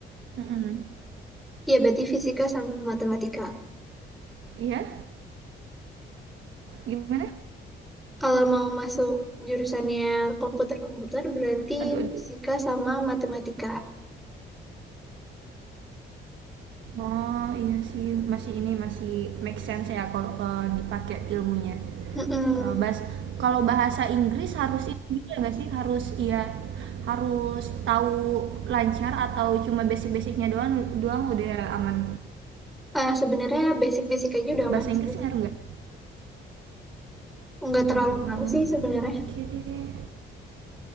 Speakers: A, on the right (about 75°); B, in the centre.
A: mm-mm.
B: Iya, berarti fisika sama matematika.
A: iya gimana
B: Kalau mau masuk jurusannya komputer-komputer, berarti
A: aduh aduh
B: fisika sama matematika.
A: oh iya sih masih ini masih make sense ya kalau eh, dipakai ilmunya
B: Mm-mm.
A: Eh, bahas- kalau bahasa Inggris harus ini juga nggak sih harus iya harus tahu lancar atau cuma basic-basicnya doang doang udah aman
B: Eh, sebenarnya basic-basic aja udah aman
A: bahasa
B: sih.
A: Inggris ngaruh nggak
B: Nggak terlalu
A: Hmm,
B: ngaruh sih sebenarnya.
A: oke deh